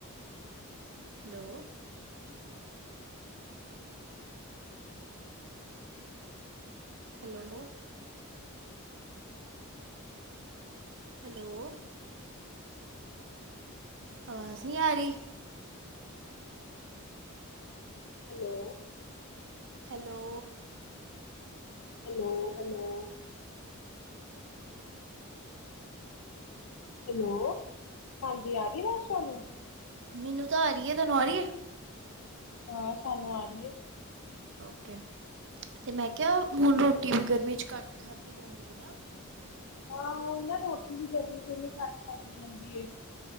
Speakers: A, on the right; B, on the left.
A: ਹੈਲੋ। ਹੈਲੋ। ਹੈਲੋ। ਆਵਾਜ਼ ਨੀ ਆ ਰਹੀ।
B: Hello.
A: Hello.
B: Hello hello. Hello ਹਾਂਜੀ ਆ ਗਈ ਆਵਾਜ਼ ਤੁਆਨੂੰ
A: ਮੈਨੂੰ ਤਾਂ ਆ ਰਹੀਏ ਤੈਨੂੰ ਆ ਰਹੀਏ
B: ਹਾਂ ਸਾਨੂੰ ਆ ਰਹੀਏ।
A: ਓਕੇ ਤੇ ਮੈਂ ਕਿਹਾ ਹੁਣ ਰੋਟੀ ਵੀ ਗਰਮੀ ਚ ਘੱਟ ਖਾਧਦੀ ਜਾਂਦੀ ਹੈ ਨਾ
B: ਹਾਂ ਓਇ ਨਾ ਰੋਟੀ ਵੀ ਗਰਮੀ ਨਹੀ ਘੱਟ ਖਾਧਦੀ ਜਾਂਦੀ।